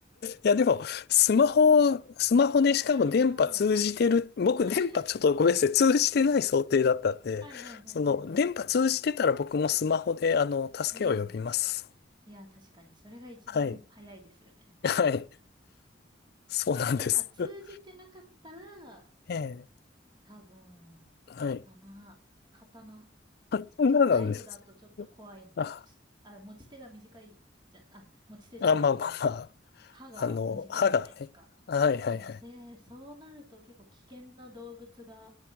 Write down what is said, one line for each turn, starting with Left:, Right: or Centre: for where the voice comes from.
Left: いや、でも、スマホ、
Right: スマホ
Left: スマホでしかも電波通じてる、
Right: があれば、あ
Left: 僕電波ちょっとごめんなさい、
Right: <laughs>
Left: 通じてない想定だったんで、
Right: はいはいはいはいはい。
Left: その、電波通じてたら僕もスマホで、あの、助けを呼びます。
Right: うん。いや、確かに、それが一番早いですよね。
Left: はい。<laughs> はい。そうなんです。
Right: いや、まあ、通じてなかったら、
Left: <laughs> ええ。
Right: 多分、
Left: はい。
Right: 刀、刀
Left: あそんななんです。
Right: ちょっとナイフだとちょっと怖いの。
Left: あ、
Right: ちょあれ、持ち手が短いじゃ、あ、持ち手じゃない、
Left: あ、まあまあまあ。
Right: あの、歯が短いじゃないですか。
Left: あの、歯がね。はいはいはい。
Right: そうで、そうなると結構危険な動物が